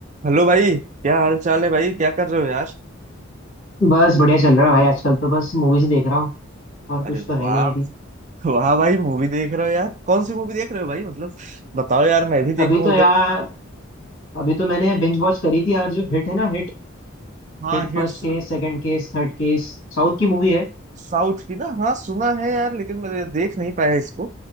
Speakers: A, on the right; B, on the left.
A: Hello भाई क्या हाल चाल है भाई क्या कर रहे हो यार
B: बस बढ़िया चल रहा है भाई आजकल तो बस मूवीज देख रहा हूँ और कुछ
A: अरे
B: तो
A: वाह
B: है नहीं अभी
A: वाह भाई मूवी देख रहे हो यार कौन सी मूवी देख रहे हो भाई मतलब बताओ यार मैं भी
B: अभी
A: देखूं
B: तो
A: अगर
B: यार अभी तो मैंने बिंज वॉच करी थी यार जो हिट है ना HIT
A: हाँ
B: HIT
A: हिट्स
B: first case second case third case South की मूवी है
A: साउथ की ना हाँ सुना है यार लेकिन मैं देख नहीं पाया इसको